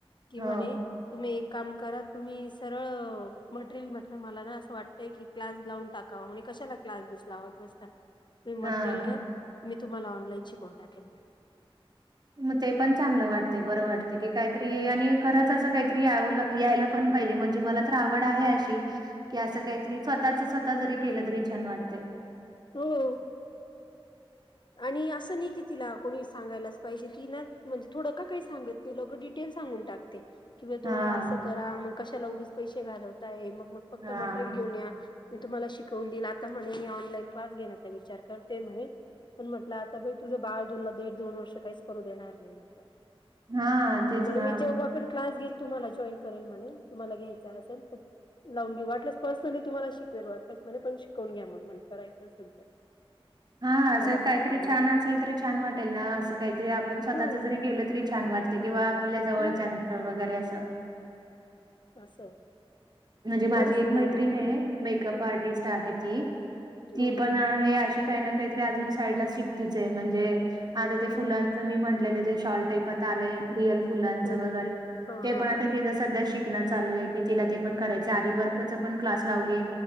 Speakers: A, on the left; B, on the right.
A: कि
B: हो,
A: म्हणे, तुम्ही एक काम करा तुम्ही सरळ मटेरियल म्हटल मला ना अस वाटतय की, क्लास लावून टाकावा म्हणे कशाला क्लास बिस लावत बसता. तुम्ही मटेरियल
B: हां.
A: घ्या मी तुम्हाला ऑनलाईन शिकवून टाकेन.
B: मग ते पण चांगल वाटते बर वाटते की काहीतरी आणि खरच अस काहीतरी यावल.. यायला पण पाहिजे म्हणजे मला तर आवड आहे अशी कि अस काहीतरी स्वतःच स्वतः जरी केल तरी छान वाटत.
A: हो आणि अस नाही की तिला कोणी सांगायलाच पाहिजे ती ना म्हणजे थोड का काही सांगत त ल डिटेल सांगून टाकते कि ब
B: हां,
A: तू हे अस करा मग कशाला उघीच पैसे घालवताय मग मग फक्त
B: हां,
A: मटेरियल घेऊन या. मी तुम्हाला शिकवून दिईल आता म्हणे मी ऑनलाईन क्लास घेण्याचा विचार करते म्हणे. पण म्हटल आता बाई तुझ बाळ तुला दीड -दोन वर्ष काहीच करू देणार नाही म्हटल.
B: हां,
A: म्हण
B: तेच ना.
A: मी जेव्हा पण क्लास घेईल तुम्हाला जॉईन करेल म्हणे तुम्हाला घ्यायचा असेल तर, लावून घेऊ वाटल्यास पर्सनली तुम्हाला शिकवेल वाटल्यास मध्ये पण शिकवून घ्या मग म्ह करायच असेल तर,
B: हा अस
A: एवढा
B: काहीतरी
A: कोर्स चालला
B: छान
A: तिचा
B: असेल तरी छान वाटेल ना अस काहीतरी आपण स्वतःच
A: हम्म
B: जरी केल तरी छान वाटे किंवा आपल्या जवळच्याचं
A: हम्म.
B: वगैरे असं.
A: असं.
B: म्हणजे माझी
A: परिस्थिती
B: एक मैत्रिणे. मेकअप
A: हम्म
B: आर्टिस्ट आहे ती. ती
A: हम्म
B: पण आहे. काय ना काहीतरीज साडला शिकतीचे. म्हणजे आता ते
A: हम्म
B: फुलांन
A: हम्म
B: मी म्हटलेले जे शॉलटाईप आता आलय. रियल फुलांच
A: हम्म
B: वगैरे.
A: हम्म हम्म हा
B: ते
A: हा
B: पण आता
A: हा
B: तिच सध्या शिकण चालूये की तिला ते पण करायच. आरी वर्कच पण क्लास लावली.